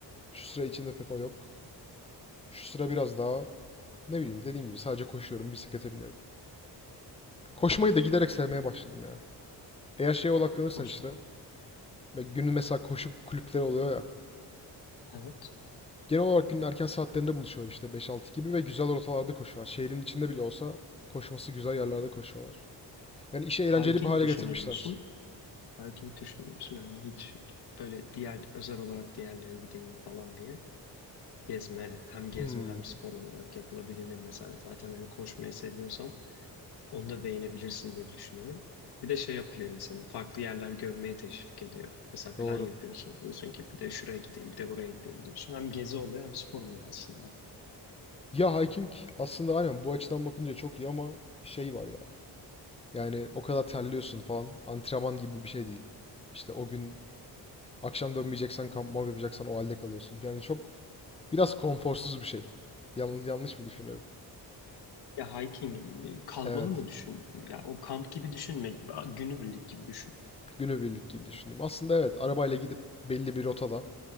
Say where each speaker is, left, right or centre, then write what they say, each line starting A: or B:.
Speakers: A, on the left; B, on the left.
A: şu sıra içinde pek o yok. Şu sıra biraz daha ne bileyim dediğim gibi sadece koşuyorum, bisiklete biniyorum. Koşmayı da giderek sevmeye başladım ya. Eğer şeye odaklanırsan
B: Yani hoş
A: işte
B: mu?
A: ve günün mesela koşu kulüpleri oluyor ya.
B: Evet.
A: Genel olarak günün erken saatlerinde buluşuyor işte beş altı gibi ve güzel rotalarda koşuyorlar. Şehrin içinde bile olsa koşması güzel yerlerde koşuyorlar. Yani işi eğlenceli
B: Hiking
A: bir hale
B: düşünür
A: getirmişler.
B: müsün? Hiking düşünür müsün? Yani hiç böyle bir yer özel olarak bir yerlere gideyim falan diye. Gezme, hem gezme
A: Hmm,
B: hem spor olarak yapılabilir mesela. Zaten hani koşmayı seviyorsan onu da beğenebilirsin diye düşünüyorum. Bir de şey yapıyor insanı. Farklı yerler görmeye teşvik ediyor. Mesela plan
A: doğru.
B: yapıyorsun. Diyorsun ki bir de şuraya gideyim, bir de buraya gideyim diyorsun. Hem gezi oluyor hem spor oluyor aslında.
A: Ya hiking aslında aynen bu açıdan bakınca çok iyi ama şey var ya. Yani o kadar terliyorsun falan. Antrenman gibi bir şey değil. İşte o gün akşam dönmeyeceksen kampman yapacaksan o halde kalıyorsun. Yani çok biraz konforsuz bir şey. Yalnız yanlış mı düşünüyorum?
B: Ya hiking e, kalmalı
A: Evet.
B: mı düşün? Ya o kamp gibi düşünme, günübirlik gibi düşün.
A: Günübirlik gibi düşüneyim. Aslında evet arabayla gidip belli bir rotada